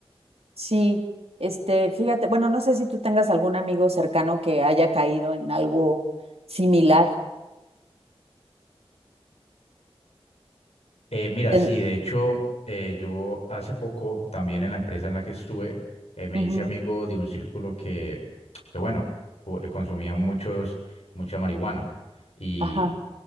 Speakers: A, on the right; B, on the left.
A: Sí, este, fíjate, bueno, no sé si tú tengas algún amigo cercano que haya caído en algo similar.
B: Eh, mira,
A: Ten-
B: sí, de hecho, eh, yo hace poco también en la empresa en la que estuve, eh, me
A: ujú,
B: hice amigo de un círculo que, que bueno, co- eh, consumía muchos, mucha marihuana. y
A: Ajá,